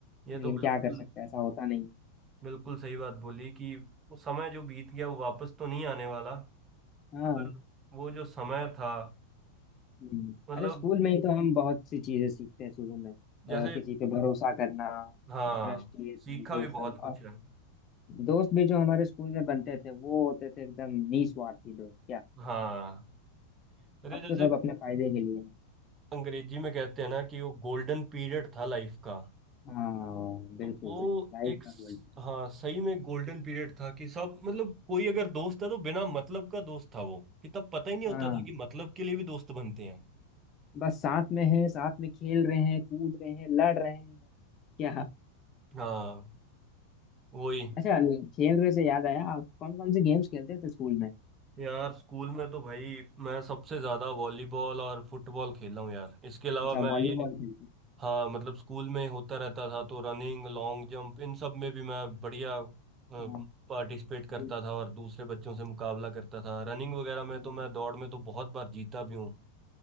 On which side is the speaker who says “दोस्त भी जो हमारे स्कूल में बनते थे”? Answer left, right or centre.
Left